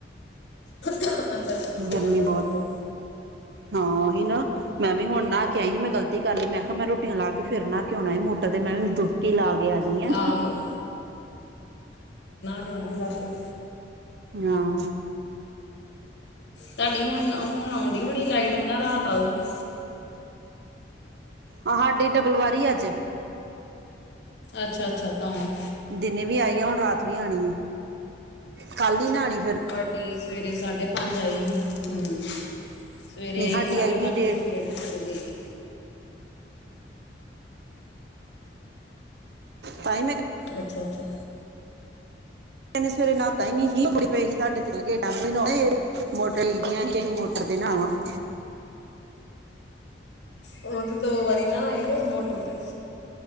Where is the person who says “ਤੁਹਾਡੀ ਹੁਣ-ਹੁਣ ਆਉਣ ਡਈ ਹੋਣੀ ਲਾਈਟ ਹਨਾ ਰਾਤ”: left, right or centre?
Left